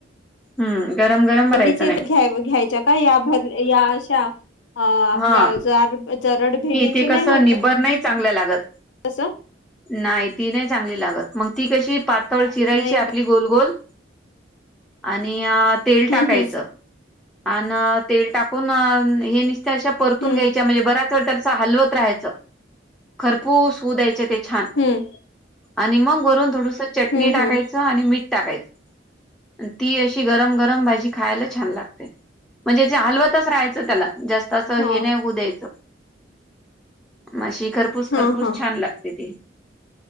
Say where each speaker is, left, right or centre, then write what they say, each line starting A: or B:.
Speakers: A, in the centre; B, on the left.
A: हम् गरम गरम भरायचं
B: मंडीचे
A: नाही
B: घ्या घ्यायच्या का या भर या अशा अ आपल्या
A: हा
B: ज जरड भेंडीच
A: ते
B: नाही
A: कसं
B: होत.
A: निब्बर नाही चांगल्या लागत.
B: कसं?
A: नाही ती नाही चांगली लागत मग ती कशी पातळ चिराईची
B: नाही
A: आपली
B: का
A: गोल गोल आणि तेल टाकायचं..
B: हम्म
A: अ तेल टाकून हे निसत्या अशा परतून
B: हम्म
A: घ्यायच्या म्हणजे बऱच च त्यांस हलवत राहायचं खरपूर होऊ द्यायच ते छान
B: हम्म
A: आणि मग वरून थोडस चटणी
B: हम्म
A: टाकायचं
B: हम्म हम्म
A: आणि मीठ टाकायचं. ती अशी गरम गरम भाजी खायला छान लागते. म्हणजे ते हलवतच राहायचं त्याला जास्त
B: हो
A: द्यायच मशी खरपूस
B: हा
A: खरपूस
B: हा
A: छान लागते ते.